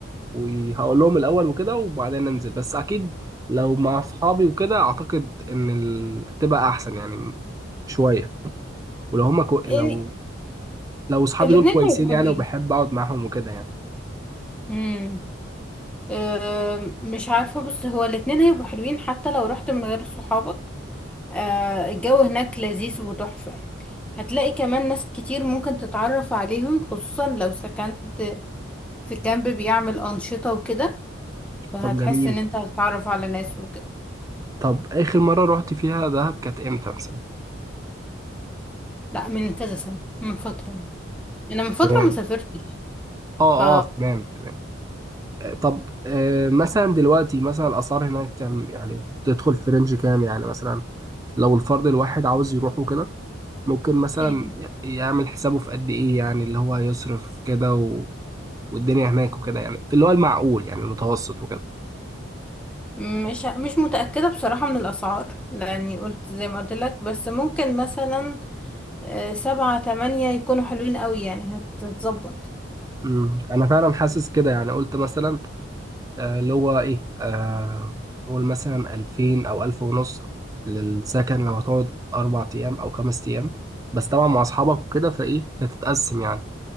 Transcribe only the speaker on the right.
وهقول لهم الاول وكده وبعدين ننزل بس اكيد لو مع اصحابي وكده اعتقد ان ال... هتبقى احسن يعني شويه ولو هم كو... لو
لو اصحابي
دول كويسين
يعني
وبحب اقعد معاهم وكده يعني
طب جميل
طب اخر مره رحت فيها دهب كانت امتى مثلا
تمام
اه
اه تمام تمام آه، طب آه مثلا دلوقتي مثلا الاسعار هناك كام يعني تدخل في رينج كام يعني مثلا لو الفرد الواحد عاوز يروح وكده ممكن مثلا
يعمل حسابه في قد ايه يعني اللي هو هيصرف كده و... والدنيا هناك وكده يعني في اللي هو المعقول يعني المتوسط وكده
امم انا فعلا حاسس كده يعني قلت مثلا آه، اللي هو ايه آه، قول مثلا 2000 او 1000 ونص للسكن لو هتقعد اربع ايام او خمس ايام بس طبعا مع اصحابك وكده فايه هتتقسم يعني